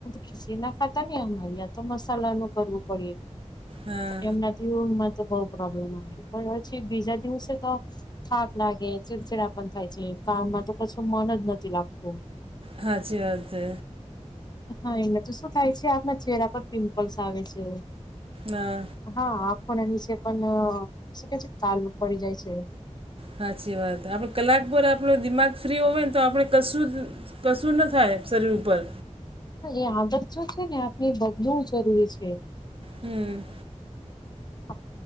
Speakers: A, on the left; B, on the right.
A: ખીસી ના ખાતા ને અમારે આ તો મસાલાનું કરવું પડે.
B: હા
A: એમનાથીમાં તો બહ પ્રોબ્લેમ આવે પણ પછ બીજા દિવસે તો થાક લાગે ચીડચીડા પણ થાય છે કામમાં તો કશું મન જ નથી લાગતું.
B: સાાચી વાત છે.
A: હા એમાં તો શું થાય છે આપના ચહેરા પર પિમ્પલ્સ આવે છે.
B: હા
A: હા આંખો ના નીચે પણ શું કે છે ચાલુ પડી જાય છે.
B: સાચી વાત આપડ કલાક પર આપણો દિમાગ ફ્રી હોય ને તો આપણે કશું કશું ના થાય શરીર ઉપર.
A: એ આદત જો છે ને આપણે બદલવું જરૂરી છે.
B: હમ.
A: આપ